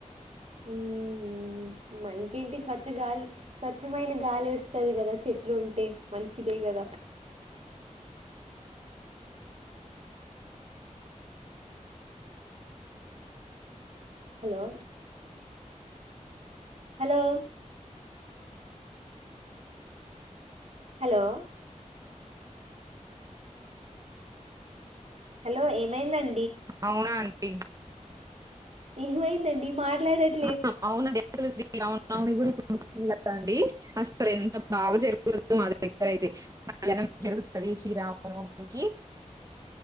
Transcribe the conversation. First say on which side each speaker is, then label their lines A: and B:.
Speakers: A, on the right (about 60°); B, on the right (about 25°).
A: ఉమ్ హు మ ఇంకేంటి స్వచ్ఛ గాలి స్వచ్ఛమైన గాలి వస్తది కదా చెట్లు ఉంటే మంచిదే కదా హలో హలో హలో హలో ఏమైందం
B: అవునాం డి
A: ఏమైందండి మాట్లాడట్
B: అవును అవునండి అసలు శ్రీ శ్రీ రామనవమి కూడా వస్తుంది కదా అండి అసలు ఎంత బాగా జరుగుదు మా దగ్గర అయితే చాలా మంచిగా జరుగుతది శ్రీరామనవమికి